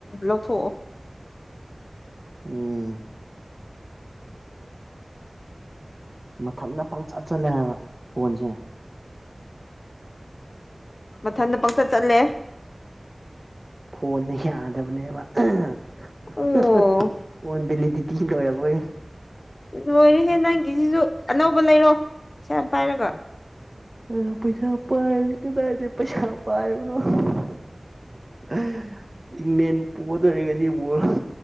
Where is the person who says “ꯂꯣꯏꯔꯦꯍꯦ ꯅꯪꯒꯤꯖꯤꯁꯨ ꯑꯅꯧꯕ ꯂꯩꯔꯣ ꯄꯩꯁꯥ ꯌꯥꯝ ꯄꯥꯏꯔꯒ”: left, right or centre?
Left